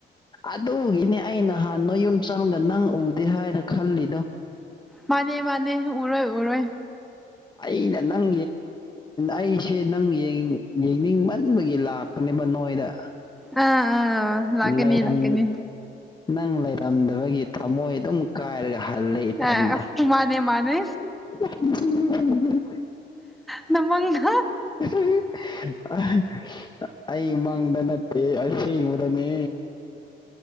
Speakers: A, on the left; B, in the centre.
A: ꯑꯗꯨꯒꯤꯅꯦ ꯑꯩ ꯅꯍꯥꯟ ꯅ ꯌꯨꯝ ꯆꯪꯗ ꯅꯪ ꯎꯗꯦ ꯍꯥꯏꯅ ꯈꯜꯂꯤꯗꯣ
B: ꯃꯥꯅꯦ ꯃꯥꯅꯦ ꯎꯔꯣꯏ ꯎꯔꯣꯏ
A: ꯑꯩꯅ ꯅꯪ ꯑꯩꯁꯦ ꯅꯪ ꯌꯦꯡꯅꯤꯡꯃꯟꯕꯒꯤ ꯂꯥꯛꯄ ꯑꯅꯤꯃꯛ ꯅꯣꯏꯗ
B: ꯑꯥ ꯑꯥ ꯂꯥꯛꯀꯅꯤ
A: ꯂꯩꯔꯝ
B: ꯂꯥꯛꯀꯅꯤ
A: ꯅꯪ ꯂꯩꯔꯝꯗꯕꯒꯤ ꯊꯝꯃꯣꯏ ꯑꯗꯨꯝ ꯀꯥꯏꯔꯒ ꯍꯜꯂꯦ ꯏꯊꯟꯗ
B: ꯑꯦ ꯇꯨ ꯃꯥꯅꯦ ꯃꯥꯅꯦ
A: <unintelligible>
B: ꯅꯃꯒ
A: <unintelligible> ꯑꯩꯃꯪꯗ ꯅꯠꯇꯦ ꯑꯁꯦꯡꯕ ꯅꯤ